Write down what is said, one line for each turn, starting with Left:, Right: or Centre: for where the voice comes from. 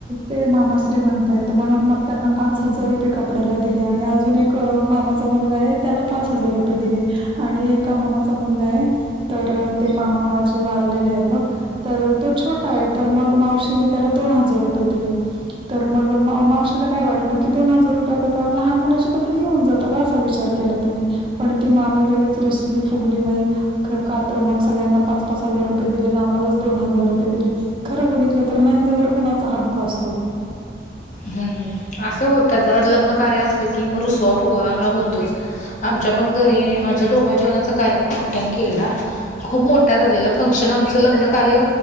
Right: ते मामाश्री म्हणता येत म्हणून मग त्यांना पाच हजार रुपये कपड्याला दिले आणि अजून एक मामाचा मुलगा आहे त्याला पाच हजार रुपये दिले आणि एका मामाचा मुलगा आहे. तर ते मामा माझे वारलेले आहेत बघ तर तो छोटा आहे तर मग, मावशीने त्याला दोन हजार रुपये दिले. तर मग मा मावशीला काय वाटलं की, दोन हजार रुपयात आता लहान मुलाचे कपडे येऊन जातात असा विचार केला तिने पण ती मामी लगेच रुसली फुगली बाई का तर मग सगळ्यांना पाच पाच हजार रुपये दिले आणि आम्हालाच दोन हजार रुपये दिले. खरं बघितलं तर नंदेवर कुणाचा हक्क असतो का
Left: हम्म असं होत तर लग्न कार्य असलं की, म रुसवा फुगवा हा होतोच. आमच्या पण घरी अ माझ्या डोहाळ जेवणाचा कार्यक्रम मोठ्यान केलेला खूप मोठ्या झालेलं फंक्शन आमचं लग्न कार्य